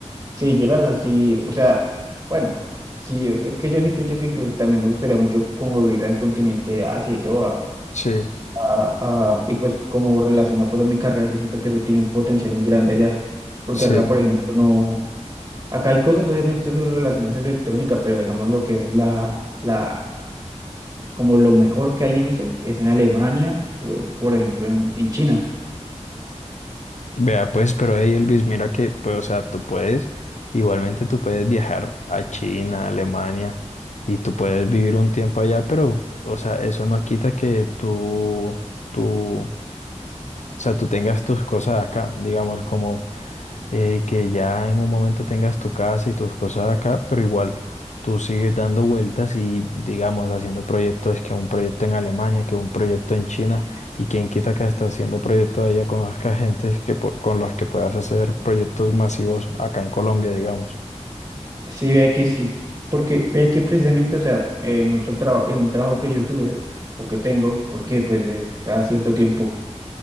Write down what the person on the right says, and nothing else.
Sí, yo la verdad sí, o sea, bueno, sí, o sea, es que yo siempre he dicho que pues, también me gustaría mucho como vivir al continente de Asia y todo, a-
a- a- y pues como relacionado pues a mi carrera, yo siento que eso tiene un potencial muy grande allá, porque
acá, por ejemplo, no, acá hay cosas obviamente sobre relaciones electrónicas, pero digamos lo que es la, la, como lo mejor que hay en eso es en Alemania o es, por ejemplo, en, en China.
Sí, vea que sí, porque vea que precisamente, o sea, en otro trabajo, en un trabajo que yo tuve o que tengo, porque pues es cada cierto tiempo,